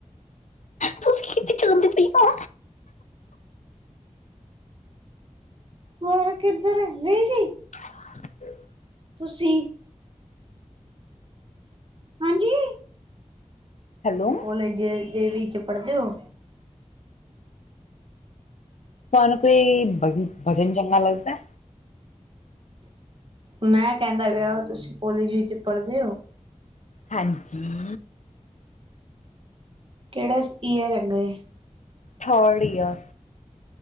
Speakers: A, on the left (about 75°); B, on the right (about 45°).
A: ਤੁਸੀਂ ਕਿੱਥੇ ਚੰਦੇ ਪੇ ਆ।
B: ਹੋਰ ਕਿੱਧਰ ਗਈ ਸੀ?
A: <inaudible>
B: ਤੁਸੀਂ। ਹਾਂਜੀ।
A: ਹੈਲੋ
B: ਕੋਲੇਜ ਜ ਦੇ ਵਿੱਚ ਪੜ੍ਹਦੇ ਹੋ?
A: ਤੁਹਾਨੂੰ ਕੋਈ ਭਜ ਭਜਨ ਚੰਗਾ ਲੱਗਦੈ?
B: ਮੈਂ ਕਹਿੰਦਾ ਵਿਆ ਤੁਸੀਂ ਕੋਲੇਜ ਵਿੱਚ ਪੜ੍ਹਦੇ ਹੋ?
A: ਹਾਂਜੀ।
B: ਕਿਹੜਾ ਇਯਰ ਹੈਗਾ?
A: Third year.